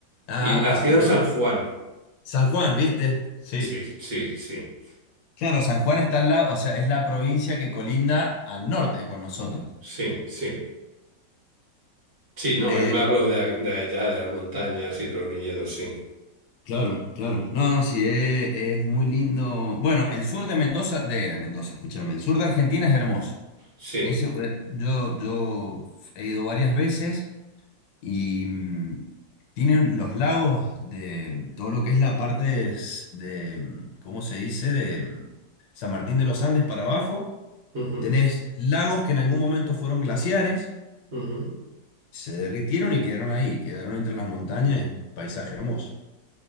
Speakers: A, on the left; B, on the right.
A: Ah,
B: y nació
A: no.
B: en San Juan.
A: San Juan, ¿viste? Sí.
B: Sí, sí, sí,
A: Claro, San Juan está al lado, o sea, es la provincia que colinda al norte con nosotros.
B: sí, sí. Sí, no,
A: Eh,
B: él me habló de, a- de allá, de las montañas y de los viñedos, sí,
A: claro, claro. No, no, sí, es, es muy lindo. Bueno, el sur de Mendoza, de Mendoza, escúchame, el sur de Argentina es hermoso.
B: sí.
A: Ese, eh, yo, yo he ido varias veces. Y mm, tienen los lagos de todo lo que es la parte s- de, mm, ¿cómo se dice? De mm, San Martín de los Andes para abajo.
B: Ujú,
A: Tenés lagos que en algún momento fueron glaciares,
B: ujú.
A: se derritieron y quedaron ahí, quedaron entre las montañas, y un paisaje hermoso.